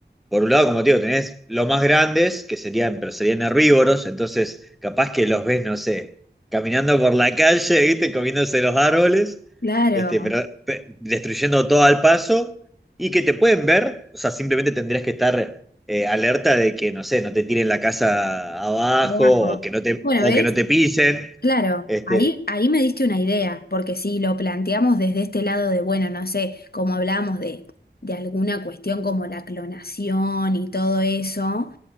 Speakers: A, in the centre; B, on the left.
A: Por un lado, como te digo, tenés los más grandes, que serían, pero serían herbívoros, entonces capaz que los ves, no sé, caminando por la calle, ¿viste? Comiéndose los árboles,
B: Claro,
A: este, pero pe- destruyendo todo al paso, y que te pueden ver, o sea, simplemente tendrías que estar eh, alerta de que, no sé, no te tiren la casa abajo,
B: abajo.
A: o que no te,
B: Bueno,
A: o
B: ¿ves?
A: que no te pisen.
B: Claro,
A: Este,
B: ahí, ahí me diste una idea, porque si lo planteamos desde este lado de, bueno, no sé, como hablábamos de, de alguna cuestión como la clonación y todo eso,